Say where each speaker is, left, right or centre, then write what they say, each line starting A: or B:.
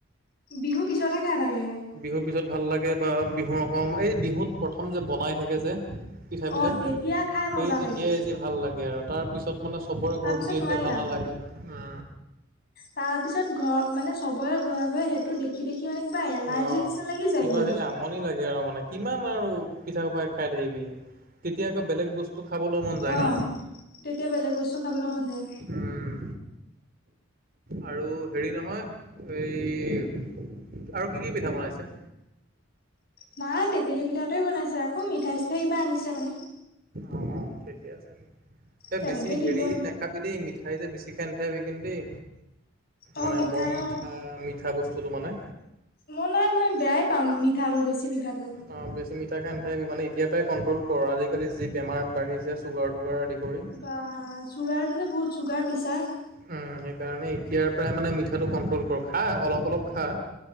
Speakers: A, on the left; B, on the right.
A: বিহু পিছতহে খাই ভাল লাগে।
B: বিহু পিছত ভাল লাগে বা বিহু অক এই বিহুত প্ৰথম যে বনাই থাকে যে। পিঠাবিলে
A: অ' তেতিয়া খাই
B: সেই
A: মজা
B: তেতিয়াই
A: লাগে।
B: যে ভাল লাগে আৰু তাৰ পিছত মানে চবৰে
A: তাৰপিছত
B: ঘৰত উলিয়াই
A: নোৱাৰি
B: দিলে ভাল
A: আৰু।
B: নালাগে উ।
A: তাৰ পিছত ঘ মানে চবৰে ঘৰে, ঘৰে হেইটো দেখি দেখি মানে কিবা এলাৰ্জি
B: অ
A: নিচিনা লাগি যায়গৈ।
B: কিবা সেই আমনি লাগে আৰু মানে কিমান আউ পিঠাখুপাই খাই থাকিবি। তেতিয়া আকৌ বেলেগ বস্তু খাবলৈ মন যায়
A: অ',
B: ন।
A: তেতিয়া বেলেগ বস্তু খাবলৈ মন যায়।
B: উম আৰু হেৰি নহয় এই আৰু কি, কি পিঠা বনাইছে।
A: মা টেকেলি পিঠাটোয়ে বনাইছে আকৌ মিঠাই চিঠাই কিবা আনিছে মানে।
B: অ', অ', থিকেই আছে দে এ
A: তেনেকে
B: বেছি হেৰি
A: দিলো আৰু
B: নেখ নেখাবি দেই মিঠাই যে বেছি খাই নেথাকিবি কিন্তু দেই।
A: অ',
B: মানে
A: মিঠাই
B: বৰ মিঠা,
A: অ',
B: মিঠা বস্তুটো মানে
A: মই নাই মই বেয়াই পাম মিঠা আৰু বেছি মিঠা টো।
B: অ, বেছি মিঠা খাই নাথাকিবি মানে এতিয়াপাই কণ্ট্ৰল কৰ, আজিকালি যি বেমাৰ বাঢ়িছে চুগাৰ টুগাৰ আদি কৰি
A: বা চুগাৰ টো যে বহুত চুগাৰ পেছা- -
B: উম, সেইকাৰণে এতিয়াৰ পৰাই মানে মিঠাটো কণ্ট্ৰ'ল কৰ, খা অলপ অলপ খা।